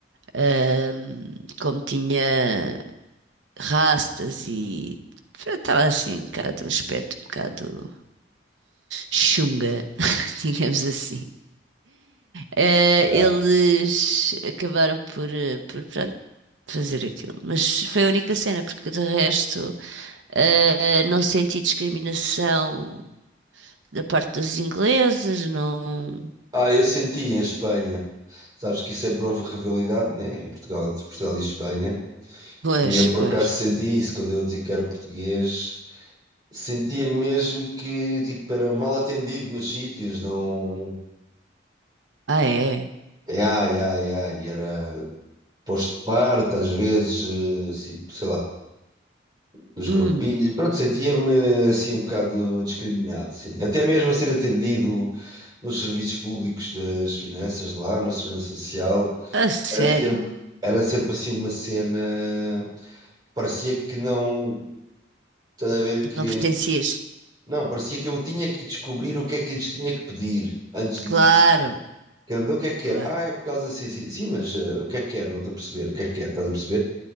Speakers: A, on the right; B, on the right.
A: Ahm, como tinha rastas e estava assim um bocado, um aspecto um bocado chunga, <laughs> digamos assim. Eh,
B: exato.
A: eles acabaram por, eh, por pronto, fazer aquilo, mas foi a única cena, porque de resto eh, não senti discriminação da parte dos ingleses, não.
B: Ah, eu senti em Espanha. Sabes que sempre houve rivalidade, né? Em Portugal, entre Portugal e Espanha.
A: Pois,
B: E eu por
A: pois.
B: acaso sentia isso quando eu dizia que era português, sentia mesmo que tipo, era mal atendido nos sítios, não.
A: Ah, é?
B: é, Ai, ai, ai, e era posto de parte, às vezes, eh, assim, sei lá, nos
A: Hum,
B: grupinhos, pronto, sentia-me assim um bocado discriminado, sim. Até mesmo a ser atendido nos serviços públicos das finanças lá, na segurança social,
A: a sério?
B: era sempre, era sempre assim uma cena, parecia que não, estás a ver que
A: Não pertencias?
B: Não, parecia que eu tinha que descobrir o que é que lhes tinha que pedir antes
A: Claro,
B: de lhes perguntar o que é que
A: claro.
B: quer. Ah, é por causa assim, sim, sim, mas eh, o que é que quer? Não estou a perceber. O que é que quer? Estás a perceber?